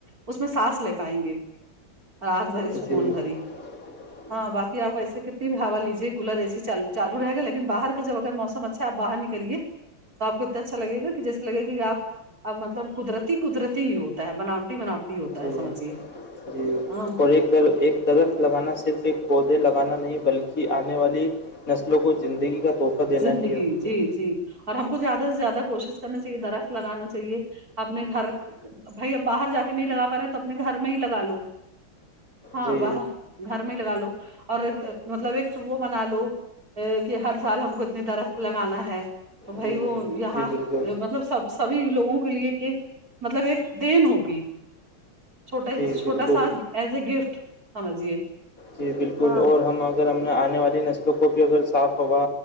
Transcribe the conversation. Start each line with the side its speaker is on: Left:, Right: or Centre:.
Right: اس میں سانس لے پائیں گے رات بھری سکون
Left: جی جی
Right: بھری
Left: <unintelligible>
Right: ہاں بقی آپ ایسے کتنی بھی ہوا لیجیے کولر ایےسی چالو رہےا لیکن باہر کا جب اگر موسم اچھا آ باہر نکلیے تو آ کو اتنا اچھا لگےا کہ جیسے لگ گا کہ آپ اب مطلب قدرتی قدرتی ہی ہوتا ہے بناوٹی بناوٹی ہوتا
Left: جی
Right: ہے سمجھیے
Left: جی
Right: ہاں
Left: اور ایک ایک درخت لگانا صرف ایک پودے لگانا نہیں بلکہ آنے والی نسلوں کو جو زندگی کا تحفہ دینا
Right: زندگی
Left: بھی ہے
Right: جی
Left: ہے
Right: جی اور ہم کو زیادہ سے زیادہ کوشش کرنی چاہیے درخت لگانا چاہیے اپنے گھر بھائی اب باہر جا کے نہیں لگا پا رہے تو اپنے گھر میں ہی لگا لو ہاں
Left: جی
Right: باہر گھر میں لگا لو اور ایک مطلب ایک وہ بنا لو کہ ہر سال ہم کو اتنی درخت لگانا ہے تو بھائی
Left: جی
Right: وہ یہاں
Left: جی بالکل
Right: مطلب سب سبھی لوگوں کے لیے یہ مطلب ایک دین ہوگی چھوٹا
Left: جی
Right: چھوٹا
Left: بالکل
Right: سا ایز اے گفٹ سمجھیے
Left: جی بالکل
Right: ہاں
Left: اور ہم اگر ہم نے آنے والی نسلوں کو بھی اگر صاف ہوا